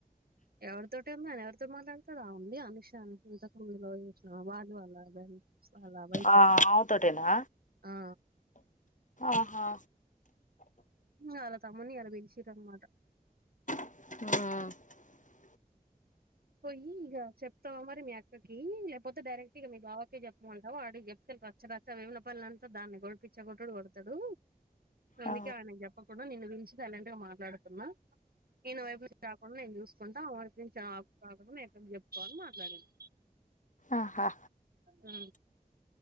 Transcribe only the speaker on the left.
ఆ ఆమెతోటేనా
ఆహా
హు
ఆ
ఆహా